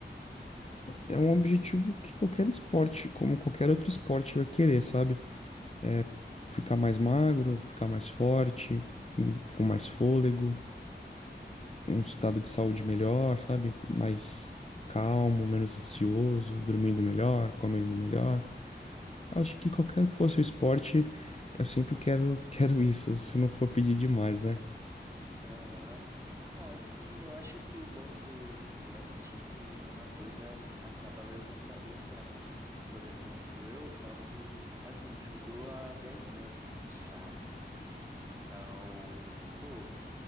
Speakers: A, on the left; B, on the right.
A: É, é um objetivo que qualquer esporte, como qualquer outro esporte, vai querer, sabe? É ficar mais magro, ficar mais forte, hum, com mais fôlego, um estado de saúde melhor, sabe? Mais calmo, menos ansioso, dormindo melhor, comendo melhor. Acho que qualquer que fosse o esporte, eu sempre quero, <laughs> quero isso, se não for pedir demais, né?
B: Aham. Assim, eu acho que o bom do esporte é que uma coisa acaba levando a outra, né? Por exemplo, eu faço, assim, judô há 10 anos já, né? Então, pô,